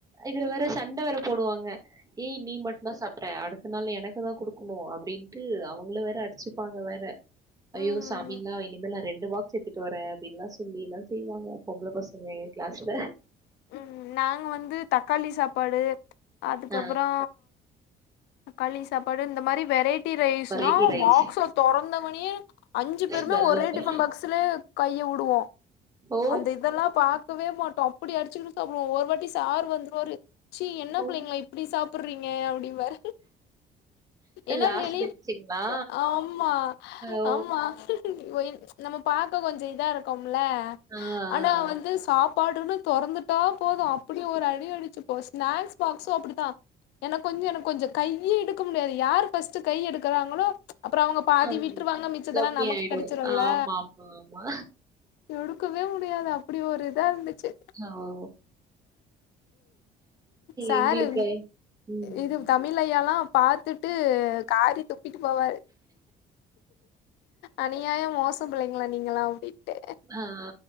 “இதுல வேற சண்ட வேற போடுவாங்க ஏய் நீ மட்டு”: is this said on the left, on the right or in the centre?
Right